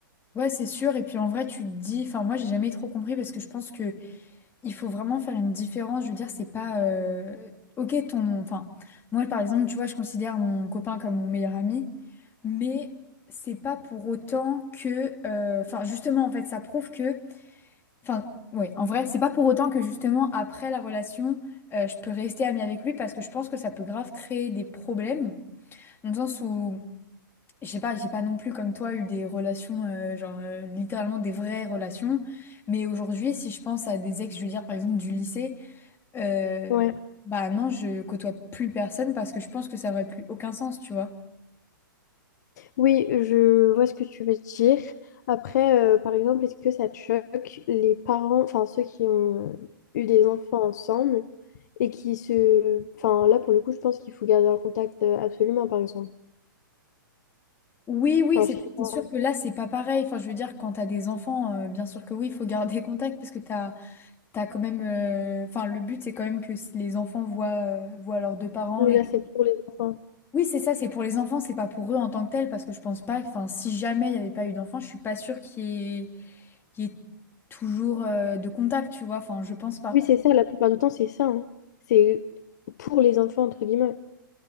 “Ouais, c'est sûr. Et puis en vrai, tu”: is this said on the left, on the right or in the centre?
Left